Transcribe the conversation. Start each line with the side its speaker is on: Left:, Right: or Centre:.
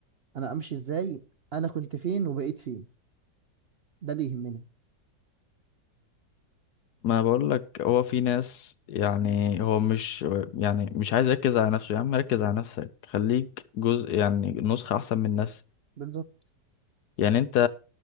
Right: انا امشي ازاي انا كنت فين وبقيت فين ده اللي يهمني
Left: ما بقول لك هو في ناس يعني هو مش يعني مش عايز يركز على نفسه يا عم ركز على نفسك خليك جزء يعني نسخة أحسن من نفسك
Right: بالظبط
Left: يعني أنت